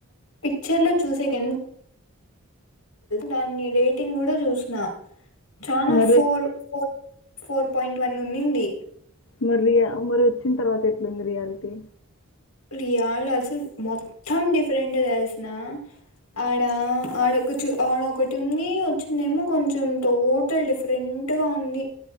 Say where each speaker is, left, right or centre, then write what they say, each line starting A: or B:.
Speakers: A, on the left; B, on the left.
A: పిక్చర్ లో చూసెకి దాన్ని రేటింగ్ కూడా చూసిన చానా
B: మరి
A: four four four point one ఉన్నింది
B: మరి రియా మరి వచ్చిన తర్వాత ఎట్లుంది రియాలిటీ
A: రియల్ అసలు మొత్తం డిఫరెంట్ తెలుసునా ఆడ ఆడ ఒక చు ఆడ ఒకటుంది వచ్చిందేమో కొంచెం టోటల్ డిఫరెంట్గా ఉంది